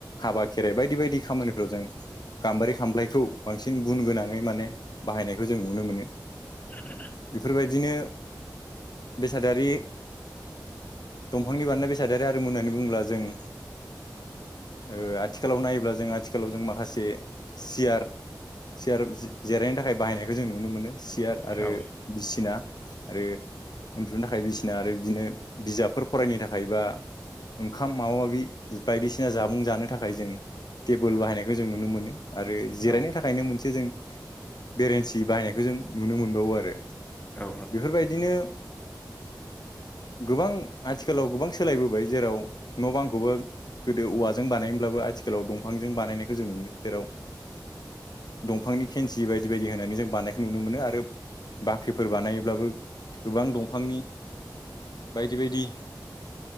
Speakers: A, on the left (about 65°); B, on the left (about 20°).
A: हाबा खेराइ बायदि बायदि खामानिफ्राव जों गाम्बारि खामफ्लायखौ बांसिन गुन गोनाङै माने बाहायनायखौ जों नुनो मोनो।
B: औ
A: बेफोरबायदिनो बेसादारि दंफांनि बानायनाय बेसाद आरो आरिमु होननानै बुंङोब्ला जों ओ आथिखालाव नायोब्ला जों आथिखालाव जों माखासे सियार सियार जि-जिरायनो थाखाय बाहायनायखौ जों नुनो मोनो। सियार आरो
B: औ
A: बिसिना आरो उन्दुनो थाखाय बिसिना आरो बिदिनो बिजाबफोर फरायनो थाखाय बा ओंखाम माबा माबि बायदिसिना जामुं जानो थाखाय जों टेबोल बाहायनायखौ जों नुनो मोनो। आरो जिरायनो
B: औ
A: थाखायनो मोनसे जों बेरेन्सि बाहायनायखौ जों नुनो मोनबावो आरो।
B: औ
A: बेफोरबायदिनो गोबां आथिखालाव गोबां सोलायबोबाय जेराव न' बांखौबो गोदो औवाजों बानायोमोनब्लाबो आथिखालाव दंफांजों बानायनायखौ जों नुयो। जेराव दंफांनि खेनसि बायदि बायदि होनानै जों बानायखौ नुनो मोनो आरो बाख्रिफोर बानायोब्लाबो गोबां दंफांनि बायदि बायदि